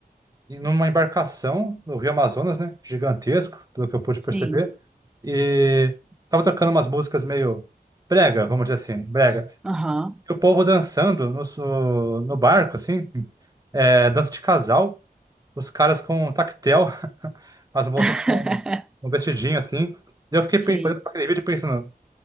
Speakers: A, on the right; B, in the centre.
A: em- numa embarcação no Rio Amazonas, né? Gigantesco, pelo que eu pude perceber.
B: Sim.
A: E tava tocando umas músicas meio brega, vamos dizer assim, brega.
B: Aham.
A: E o povo dançando no, so- no barco, assim, é, dança de casal, os caras com um tactel, as moças
B: <laughs>
A: com um vestidinho, assim. E eu fiquei
B: Sim.
A: pe- olhando para aquele vídeo e pensando,